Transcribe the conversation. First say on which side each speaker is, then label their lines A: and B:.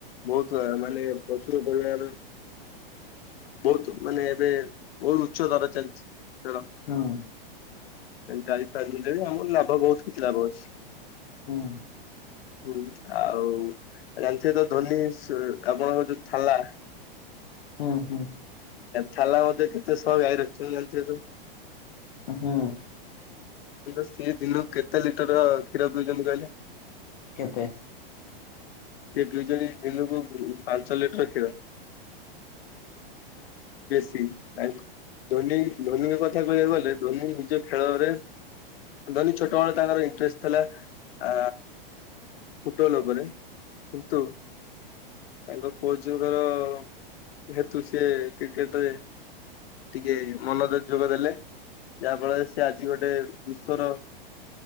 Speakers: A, on the left; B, on the left.
A: ବହୁତ ମାନେ ପ୍ରଚୁର ପରିମାଣରେ ବହୁତ ମାନେ ଏବେ ବହୁତ ଉଚ୍ଚ ଦର ଚାଲିଛି ଖେଳ
B: ହୁଁ
A: ଗାଇ ଫାର୍ମ ଆମର ଲାଭ ବହୁତ କିଛି ଲାଭ ଅଛି।
B: ହୁଁ
A: ହୁଁ ଆଉ ଜାଣିଥେ ତ ଧନୀ ଆପଣଙ୍କ ଯୋଉ ଥାଲା।
B: ହୁଁ ହୁଁ
A: ଥାଲା କେତେ ସହ ଗାାଇଈ ରଖଛନ୍ତି ଯେ ତ?
B: ହୁଁ
A: ସେ ଦିନକୁ କେତେ ଲିଟର କ୍ଷୀର ପିଉଛନ୍ତି କହିଲେ?
B: କେତେ?
A: ଦିନୁକୁ ପାଞ୍ଚ ଲିଟର ଖିର ବେଶୀ ଧ ଧୋନିଙ୍କ କଥା କହିବାକୁ ଗଲେ ଧୋନି ନିଜ ଖେଳରେ ଧନୀ ଛୋଟ ବଳ ତାଙ୍କର ଇଣ୍ଟରେଷ୍ଟ ଥିଲା ଆ ଫୁଟବଲ ଉପରେ କିନ୍ତୁ ତାଙ୍କ କୋଚଙ୍କର ଯେହେତୁ ସେ କ୍ରିକେଟରେ ଟିକେ ମନ ରେ ଯୋଗ ଦେଲେ ଯାହା ଫଳରେ ସେ ଆଜି ଗୋଟେ ଗୋଟେ ବିଶ୍ଵର